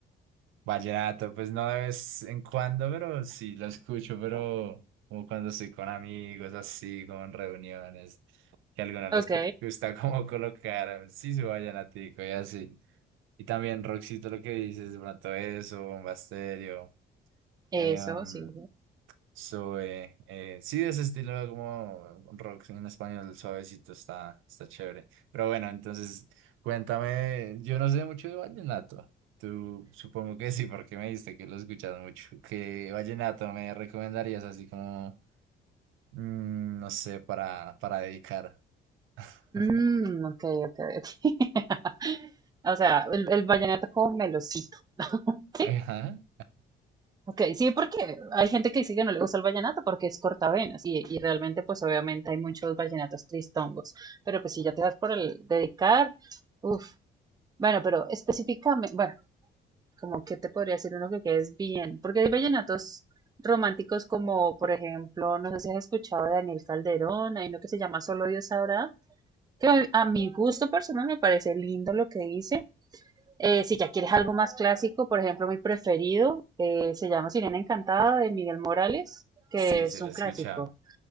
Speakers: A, on the right; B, on the right.
A: vallenato, pues no de vez en cuando, pero sí lo escucho, pero como cuando estoy con amigos, así, como en reuniones, que a algunos
B: Ok,
A: les gu- gusta como colocar, sí, su vallenatico y así. Y también Roxito, lo que dices, de pronto eso, Bomba Estéreo. Em,
B: eso, sí.
A: sube, eh, eh, sí, de ese estilo como rock en español suavecito está, está chévere. Pero bueno, entonces cuéntame, yo no sé mucho de vallenato. Tú supongo que sí, porque me dijiste que lo escuchas mucho. ¿Qué vallenato me recomendarías así como, mm, no sé, para, para dedicar? <laughs>
B: Mm, ok, ok, ok. <laughs> O sea, el, el vallenato como melocito, ¿sí?
A: Ajá.
B: Ok, sí, porque hay gente que dice que no le gusta el vallenato porque es cortavenas y, y realmente pues obviamente hay muchos vallenatos tristongos, pero pues si ya te das por el dedicar, uff, bueno, pero específicamente, bueno, como que te podría decir uno que quedes bien, porque hay vallenatos románticos como por ejemplo, no sé si has escuchado de Daniel Calderón, hay uno que se llama Solo Dios sabrá, que a mi gusto personal me parece lindo lo que hice. Eh, si ya quieres algo más clásico, por ejemplo, mi preferido eh, se llama Sirena Encantada de Miguel Morales, que
A: Sí,
B: es
A: sí, lo
B: un
A: he
B: clásico
A: escuchado.